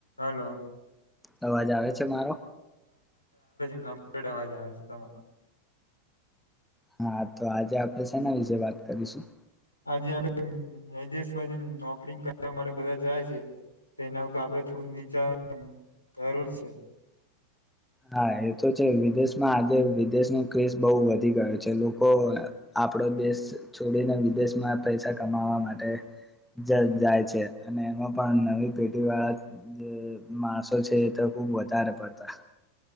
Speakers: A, on the left; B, in the centre.
A: Hello.
B: અવાજ આવે છે મારો?
A: ગંભી <unintelligible> અવાજ આવે છે તમારો.
B: હા તો આજે આપણે શેના વિશે વાત કરીશું?
A: આજે આપણે વિદેશમાં જઈન નોકરી કરવા માટે બધા જાય છે, તેના ઉપર આપણે થોડુંક વિચાર જરૂર છે.
B: હા એ તો છે. વિદેશમાં આજે વિદેશનો ક્રેઝ બહુ વધી ગયો છે. લોકો આપડો દેશ છોડીને વિદેશમાં પૈસા કમાવા માટે જ જાય છે, અને એમાં પણ નવી પેઢી વાળા જે માણસો છે એ તો ખુબ વધારે પડતા